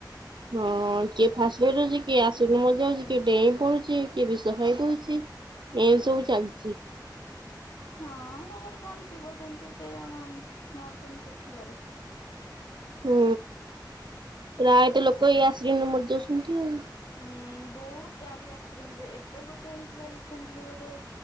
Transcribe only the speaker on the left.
<inaudible> ହଁ ତାଙ୍କର କଣ ଥିବ ସେମିତି ସେ କଣ ମରୁଛନ୍ତି ଶୁଖିଲାରେ।
ହୁଁ। ବହୁତ ଗାଡି ଆକ୍ସିଡେଣ୍ଟ ରେ ଏବେ ଗୋଟେ ହେଇଥିଲା ରିସେଣ୍ଟଲି ଗୋଟେ